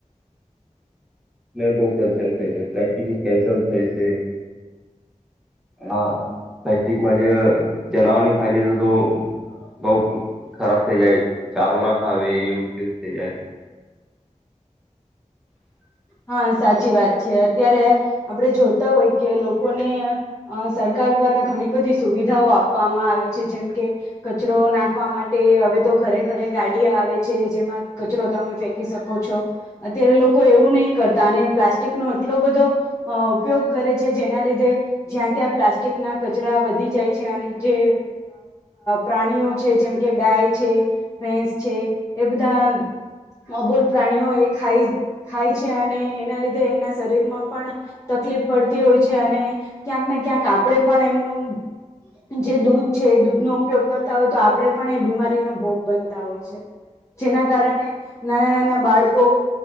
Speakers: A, in the centre; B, on the left.
A: બ પ્રદુશણ થાય છે્ કેન્લ થાય છે હા પ્લાસ્ટિકમાં જે જનાવરની ખાઈ લીધું બઉ ખરાબ થઇ જાય ચારો ના ખાવે એવું કેવું થઇ જાય હ
B: હા સાચી વાત છે અત્યારે આપણે જોતા હોય કે લોકોને સરકાર દ્વારા દ્વારા ઘણી બધી સુવિધાઓ આપવામાં આવે છે જેમ કે કચરો નાખવા માટે હવે તો ઘરે ઘરે ગાડીઓ આવે છે જેમાં કચરો તમે ફેંકી શકો છો અત્યારે લોકો એવું નહીં કરતા અને પ્લાસ્ટિક નો એટલો બધો ઉપયોગ કરે છે જેના લીધે જ્યાં ત્યાં પ્લાસ્ટિક ના કચરા વધી જાય છે અને જે પ્રાણીઓ છે જેમ કે ગાય છે ભેસ છે એ બધા અબોલ પ્રાણીઓ એ ખાઈ ખાય છે અને એના લીધે એના શરીર માં પણ તકલીફ પડતી હોય છે અને ક્યાંક ને ક્યાંક આપડે પણ એમનું જે દૂધ છે એ દૂધનોો ઉપયોગ કરતા હોય તો આપડે પણ એ બીમારીનો ભોગ બનતા હોય છે જેના કારણે નાના નાના બાળકો